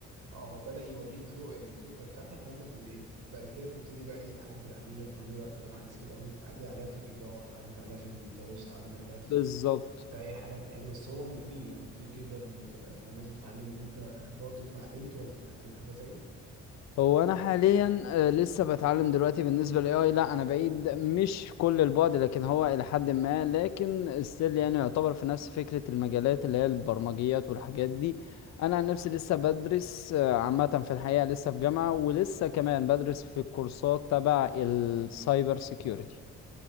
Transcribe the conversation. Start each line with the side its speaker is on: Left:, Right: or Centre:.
Right: اه هو بدأ يوريك رؤية للفكرة بتاعتك وانت بتد... بعد كده تبتدي بقى ايه تعدل عليها تقول له لا طب انا عايز كده وانت تعدل عليها في الإضاءة تعدل عليها في المونتاج تعدل عليها في,
Left: بالظبط
Right: في اي حاجة انت قادر بس هو مفيد يعني مفيد جدا ويعني لازم تتعلمه وانت برضه اتعلمت ولا بتتعلم حاجة زيه؟
Left: هو انا حاليا آه، لسه بتعلم دلوقتي بالنسبه للاي اي لا انا بعيد مش كل البعد لكن هو الى حد ما لكن ستيل يعني يعتبر في نفس فكره المجالات اللي هي البرمجيات والحاجات دي انا عن نفسي لسه بدرس آه، عامه في الحقيقه لسه في جامعه ولسه كمان بدرس في الكورسات تبع السايبر سيكيورتي